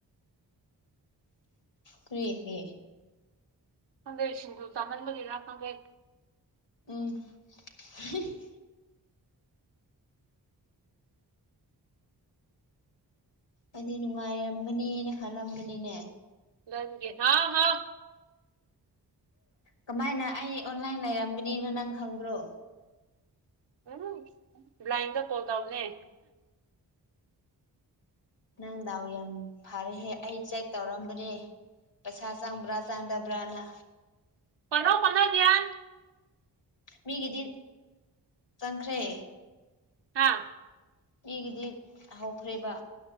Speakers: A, on the left; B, on the right.
A: ꯀ꯭ꯔꯤ ꯍꯦ
B: ꯈꯪꯗꯦ ꯁꯤꯡꯖꯨ ꯆꯥꯃꯟꯕꯒꯤꯔ ꯈꯪꯍꯦꯟ
A: ꯎꯝ <unintelligible> ꯑꯩꯗꯤ ꯅꯨꯡꯉꯥꯏꯔꯝꯒꯅꯤꯅ ꯈꯜꯂꯝꯕꯅꯤꯅꯦ
B: ꯂꯟꯒꯦ ꯅꯥ ꯍꯥꯎ
A: ꯀꯃꯥꯏꯅ ꯑꯩ ꯑꯣꯟꯂꯥꯏꯟ ꯂꯩꯔꯝꯒꯅꯤꯅ ꯅꯪ ꯈꯪꯕ꯭ꯔꯣ
B: ꯑꯝ ꯕ꯭ꯂꯥꯏꯟꯗ ꯀꯣꯜ ꯇꯧꯕꯅꯦ
A: ꯅꯪ ꯗꯥꯎ ꯌꯥꯝ ꯐꯔꯦꯍꯦ ꯑꯩ ꯆꯦꯛ ꯇꯧꯔꯝꯕꯅꯦ ꯄꯩꯁꯥ ꯆꯪꯕ꯭ꯔꯥ ꯆꯪꯗꯕ꯭ꯔꯥꯅ
B: ꯄꯅꯣ ꯄꯅꯣ ꯗꯤꯌꯥꯟ
A: ꯃꯤꯒꯤꯗꯤ ꯆꯪꯈ꯭ꯔꯦ
B: ꯍꯥꯥ
A: ꯃꯤꯒꯤꯗꯤ ꯍꯧꯈ꯭ꯔꯦꯕ